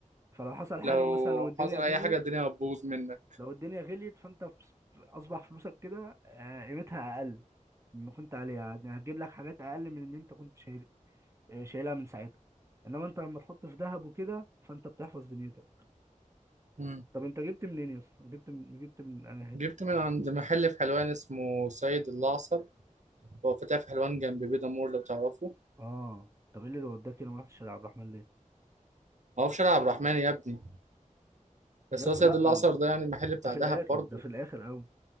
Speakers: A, on the right (about 20°); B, on the right (about 60°).
A: فلو حصل حاجه
B: لو
A: مثلا والدنيا
B: حصل
A: غليت
B: اي حاجه الدنيا هتبوظ منك
A: لو الدنيا غليت فانت فس- اصبح فلوسك كده آه قيمتها اقل مما كنت عليها يعني هتجيب لك حاجات اقل من اللي انت كنت شايل آه، شايلها من ساعتها انما انت لما تحط في ذهب وكده فانت بتحفظ دنيتك
B: أيوة.
A: طب انت جبت منين يا اسطى جبت من جبت من انا حته
B: جبت من عند محل في حلوان اسمه سيد الأعصر هو فتح في حلوان جنب بيدا مور لو تعرفه
A: اه طب ايه اللي وداك هنا ما رحتش على عبد الرحمن ليه
B: ما هو في شارع عبد الرحمن يا ابني بس
A: يا اسطى
B: هو سيد
A: لا
B: الأعصر ده يعني محل بتاع
A: ده في
B: دهب
A: الاخر
B: برضه
A: ده في الاخر قوي